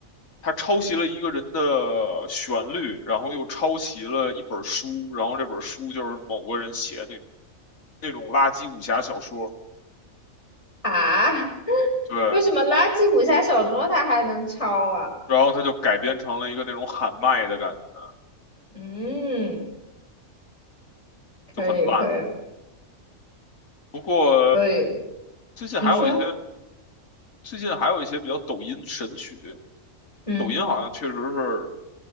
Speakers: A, on the left; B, on the left.
A: 他抄袭了一个人的旋律，然后又抄袭了一本书，然后这本书就是某个人写的那那种垃圾武侠小说，
B: 啊。
A: 对，
B: 为什么垃圾武侠小说它还能抄啊？
A: 然后他就改编成了一个那种喊麦的感觉，
B: 嗯，可以可以
A: 就很烂。不过
B: 可以，
A: 最近还有一些，
B: 你说，
A: 最近还有一些比较抖音神曲，
B: 嗯，
A: 抖音好像确实是